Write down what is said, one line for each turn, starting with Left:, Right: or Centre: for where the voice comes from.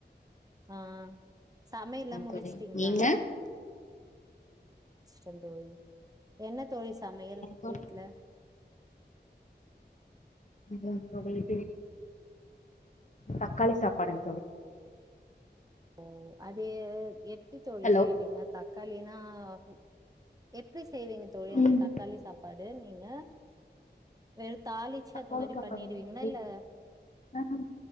Right: அ சமையல்லா முடிச்சுட்டீங்களா
Left: தோழி நீங்க
Right: ச்சிட்டே தோலி என்ன தோழி சமையல்
Left: எனக்கு தோழி
Right: வீட்ல
Left: என்ன தோலிஇது தக்காளி சாப்பாடு தோலி
Right: ஓ அதே எப் டி தோலி
Left: ஹலோ
Right: செய்வீங்க தக்காளினா ஆ உ எப்டி செய்வீங்க தோலி அந்த
Left: ம்
Right: தக்காளி சாப்பாடு நீங்க வெறுத் தாளிச்சு
Left: தக்காளி
Right: அந்த மாரி
Left: சாப்பாடுங்க
Right: பண்ணிடுவீங்களா
Left: தோழி
Right: இல்ல
Left: ஆஹா